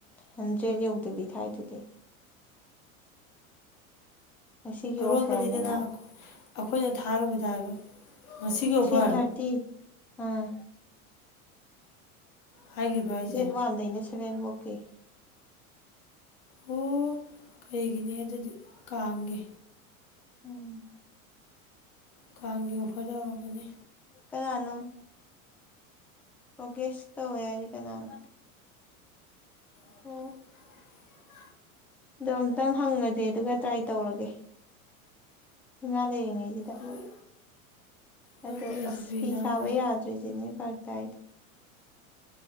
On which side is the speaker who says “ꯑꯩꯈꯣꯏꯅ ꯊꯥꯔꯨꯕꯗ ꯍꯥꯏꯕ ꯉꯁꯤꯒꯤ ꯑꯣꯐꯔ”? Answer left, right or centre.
Left